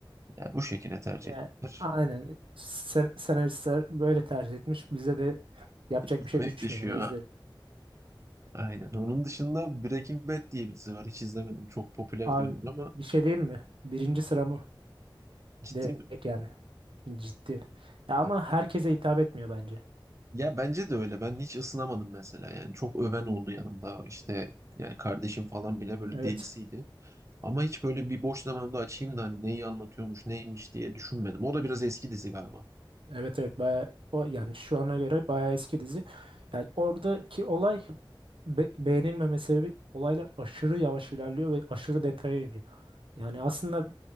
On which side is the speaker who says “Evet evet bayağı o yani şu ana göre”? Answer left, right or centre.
Right